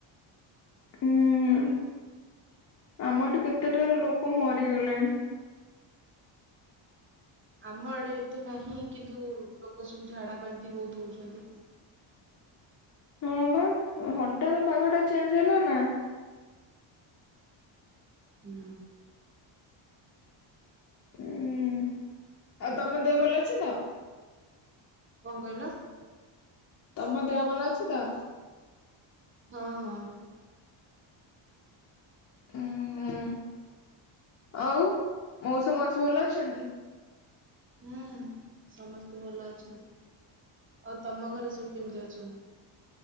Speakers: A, on the left; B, on the right.
A: ଉଁ। ଆମ ଏଠୁ କେତେଟା ଲୋକ ମରିଗଲେଣି।
B: ଆମ ଆଡେ ଏତେ ନାହିଁ। କିନ୍ତୁ ଲୋକ ସବୁ ଝାଡା ବାନ୍ତି ବହୁତ୍ ହୋଉଚନ୍ତି।
A: ହଁ ବା ହଠାତ୍ ପାଗ ଟା ଚେଞ୍ଜ ହେଲା ନା।
B: ହୁଁ।
A: ଉଁ ଆଉ ତମ ଦେହ ଭଲ ଅଛି ତ?
B: କଣ କହିଲ?
A: ତମ ଦେହ ଭଲ ଅଛି ତ?
B: ହଁ ହଁ।
A: ଉଁ ହୁଁ ଆଉ ମଉସା ମାଉସି ଅଛି ଭଲ ଅ ଛନ୍ତି?
B: ହୁଁ ସମସ୍ତେ ଭଲ ଅଛନ୍ତି। ଆଉ ତମ ଘରେ ସବୁ କେମିତି ଅଛନ୍ତି?